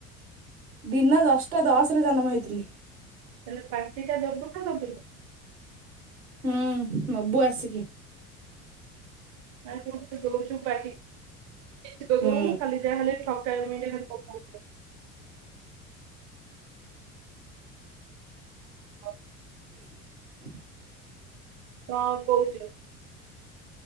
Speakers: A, on the right (about 75°); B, on the right (about 40°).
A: ଦିନ ଦଶଟା ଦଶରେ ଜନମ ହେଇଥିନି।
B: ତାହେଲେ ପାଟି ଟା ଦବୁ ନା ଦବୁନି?
A: ହୁଁ-ନବୁ ଆସିକି।
B: ନାଁ ତୁ ଦୋଉଚୁ ପାଟି, କିଛିତ
A: ହୁଁ
B: ଦୋଉନୁ ଖାଲି ଯାହେଲେବି ଠକାମି ରେ ପକଉଚୁ। ହ
A: <unintelligible>
B: କଣ କହୁଚୁ?